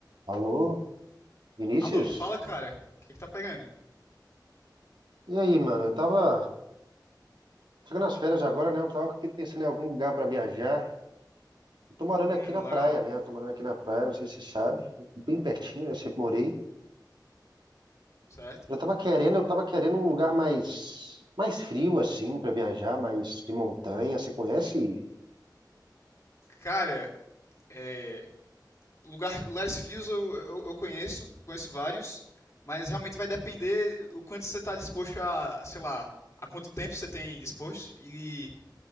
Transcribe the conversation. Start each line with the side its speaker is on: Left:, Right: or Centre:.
Right: Alô, Vinícius?
Left: Alô, fala, cara. O que que tá pegando?
Right: E aí, mano? Eu tava chegando nas férias agora, né? Eu tava aqui pensando em algum lugar pra viajar. Eu tô morando
Left: Hum,
Right: aqui na praia,
Left: legal.
Right: né? Eu tô morando aqui na praia, não sei se você sabe, bem pertinho, né? Eu sempre morei.
Left: Certo?
Right: Eu tava querendo, eu tava querendo um lugar mais mais frio assim pra viajar, mais de montanha. Você conhece?
Left: Cara, é, lugar- lugares frios eu, eu, eu conheço, conheço vários, mas realmente vai depender o quanto você tá disposto a, sei lá, a quanto tempo você tem disposto e